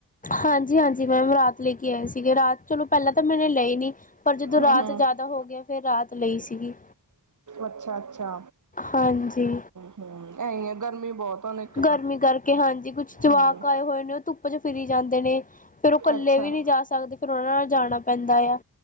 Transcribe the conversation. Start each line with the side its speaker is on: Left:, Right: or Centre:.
Left: ਹਾਂਜੀ, ਹਾਂਜੀ ਮੈਮ ਰਾਤ ਲੈ ਕੇ ਆਏ ਸੀਗੇ ਰਾਤ ਚਲੋ ਪਹਿਲਾਂ ਤਾਂ ਮੈਨੇ ਲਈ ਨੀ ਪਰ ਜਦੋਂ
Right: ਹੂੰ
Left: ਰਾਤ
Right: ਹੂੰ
Left: ਜ਼ਿਆਦਾ ਹੋ ਗਿਆ ਫਿਰ ਰਾਤ ਲਈ ਸੀਗੀ
Right: ਅੱਛਾ-ਅੱਛਾ
Left: ਹਾਂਜੀ।
Right: ਹੁਂ ਐਹੀ ਹੈ, ਗਰਮੀ ਬਹੁਤ ਆ ਨਾ ਇੱਕ
Left: ਗਰਮੀ
Right: ਤਾਂ
Left: ਕਰਕੇ। ਹਾਂਜੀ, ਕੁਛ ਜਵਾਕ
Right: ਹੂੰ
Left: ਆਏ ਹੋਏ ਨੇ, ਉਹ ਧੁੱਪ ਚ ਫਿਰੀ ਜਾਂਦੇ ਨੇ। ਫਿਰ ਉਹ ਇਕੱਲੇ
Right: ਅੱਛਾ
Left: ਵੀ ਨਹੀ ਜਾ ਸਕਦੇ। ਫਿਰ ਉਹਨਾਂ ਨਾਲ ਜਾਣਾ ਪੈਂਦਾ ਆ।